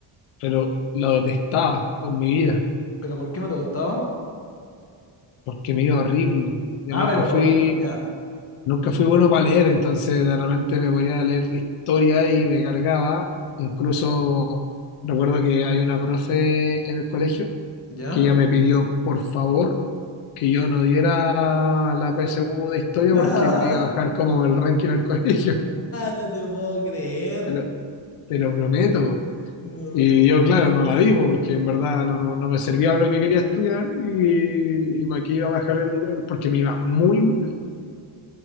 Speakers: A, on the left; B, on the left.
A: Pero lo detestaba con mi vida,
B: ¿Pero por qué no te gustaba?
A: porque me iba horrible. Yo
B: Ah,
A: nunca
B: pero
A: fui,
B: por... Ya.
A: nunca fui bueno para leer, entonces de repente me ponía a leer historia
B: Claro.
A: y me cargaba. Incluso recuerdo que hay una profe en el colegio
B: ¿Ya?
A: que ella me pidió por favor que yo no diera la PSU de historia
B: <laughs>
A: porque le iba a bajar como el ranking al <laughs> colegio,
B: No te puedo creer.
A: te lo, te lo prometo.
B: No.
A: Y yo, claro, no la di porque en verdad no, no me servía para lo que quería estudiar y, y para qué iba a bajar el, el- porque me iba muy mal,